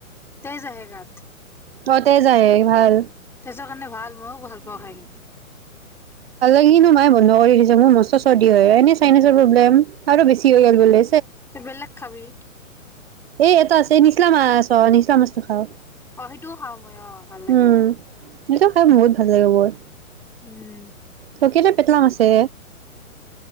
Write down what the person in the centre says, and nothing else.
তেজ আহে গাত।
তেজৰ কাৰণে ভাল ময়ো ভাল পাওঁ খাই কিনে।
ত বেলেগ খাবি।
অ সেইটোও খাওঁ মই অ ভাল লাগে
উম।